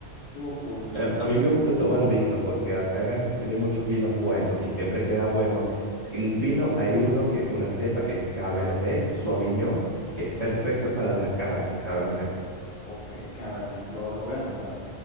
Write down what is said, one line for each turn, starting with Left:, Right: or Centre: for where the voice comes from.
Left: Estuvo cool.
Right: Em, A mí me gusta tomar vino porque acá en Argentina hay muchos vinos buenos y siempre queda bueno. En un vino hay uno que es una cepa que es Cabernet Sauvignon, que es perfecto para las carnes, el Cabernet.
Left: Ok, Cabernet, lo, lo voy a anotar.